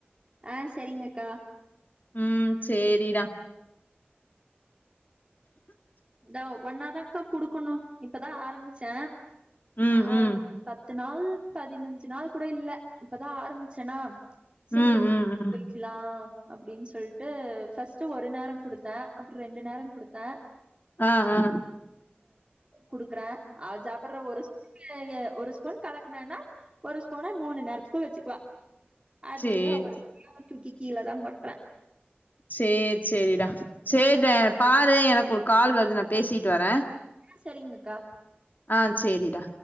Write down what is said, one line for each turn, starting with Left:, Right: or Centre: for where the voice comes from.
Right: ஆ சரிங்க அக்கா
Left: ம் சேரிடா
Right: அதா ஒவ்வொண்ணாதா க்க குடுக்கணு இப்பதா ஆரம்பிச்சே
Left: ம்
Right: அ
Left: ம்
Right: பத்து நாள் பதினஞ்சு நாள் கூட இல்ல இப்பதா ஆரம்பிச்சன்னா சரி
Left: ம் ம் ம்
Right: போய்கலா அப்படின்னு சொல்லிட்டு ஃபர்ஸ்ட் ஒரு நேரோ குடுத்தா அப்புறோ ரெண்டு நேரோ குடுத்தா
Left: ஆஹ் ஆஹ்
Right: குடுக்குற அவ ஜாப்பர்ர ஒரு <unintelligible> ஒரு ஸ்பூன் கலக்கனன்னா ஒரு ஸ்பூன மூணு நேரத்துக்கு வச்சுக்குவ அதுலயே
Left: சேரி
Right: அவர் சொல்ல தூக்கி கீழ தா கொட்டர
Left: சேரி சேரிடா சேரிடா பாரு எனக்கு ஒரு கால் வருது நா பேசிட்டு வர
Right: சரிங்கக்கா
Left: ஆ சேரிடா